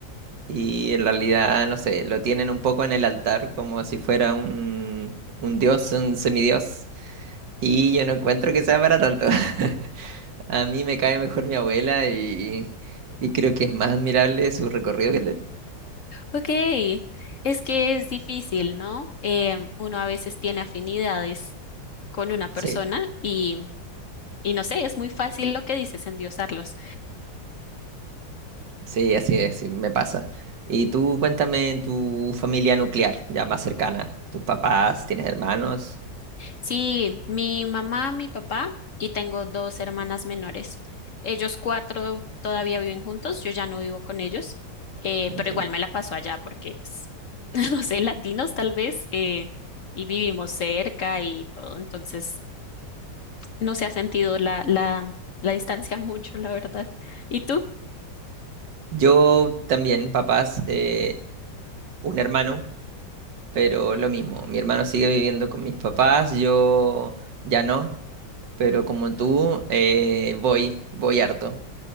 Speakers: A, on the right; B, on the left.
A: Y en realidad, no sé, lo tienen un poco en el altar como si fuera un, un dios, un semidios. Y yo no encuentro que sea para tanto. <laughs> A mí me cae mejor mi abuela y, y creo que es más admirable su recorrido que el de él.
B: Ok, es que es difícil, ¿no? Em, uno a veces tiene afinidades con una persona
A: Sí.
B: y, y no sé, es muy fácil lo que dices, endiosarlos.
A: Sí, así es, sí, me pasa. Y tú cuéntame en tu familia nuclear, ya más cercana, tus papás, tienes hermanos,
B: Sí, mi mamá, mi papá y tengo dos hermanas menores. Ellos cuatro todavía viven juntos, yo ya no vivo con ellos, eh,
A: No
B: pero
A: entiendo.
B: igual me la paso allá porque, pues, <laughs> no sé, latinos tal vez, eh, y vivimos cerca y todo, entonces... no se ha sentido la, la, la distancia <laughs> mucho, la verdad. ¿Y tú?
A: Yo también, papás, eh, un hermano, pero lo mismo, mi hermano sigue viviendo con mis papás, yo ya no, pero como tú, eh, voy, voy harto.